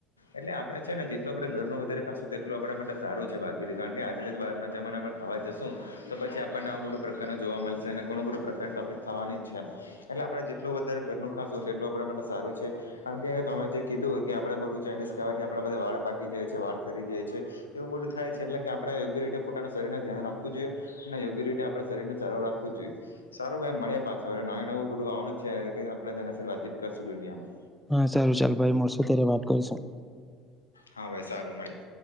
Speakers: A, on the left; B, in the centre.
A: એટલે આપડે છે ને જેટલું આપણે ઘરનું વધારે ખાશું તેટલું આપણા માટે સારું છે. બાકીથી કારણ કે આજેથી જ બહારના જમાનામાં ખાવા જશું તો પછી આપણને આવું બધું પ્રકારનું જોવા મળશે અને ઘણું બધું પ્રકારનું ટોપિક થવાની જ છે. એટલે આપડણે જેટલું વધારે ઘરનું ખાાસું તેટલું આપ માટે સારું છે. કારણ કે તમે જે કીધું કે આપણેે બધું ચાઇનીઝ ખાવાથી આપણા બધા વાળ પાકી જાય છે, વાળ ખરી જાય છે. એવું બધું થાય છે એટલે કે આપણે યોગ્ય રીતે પોતાના શરીરને ધ્યાન રાખવું જોઈએ. અને યોગી રીતે આપડે શરીરું ચારો રાખવું જ જોઈએ. સારું ભાઈ મળ્યા પાછા. હ નવેું નવું બધું આવવાનું જ છે આપણે તેના સાથે વાતચીત કરશું દુનિયામાં.
B: હા, ચાલું ચાલ ભાઈ મળશું ત્યારે વાત કરીશું.
A: હા ભાઈ સારું મળીએ.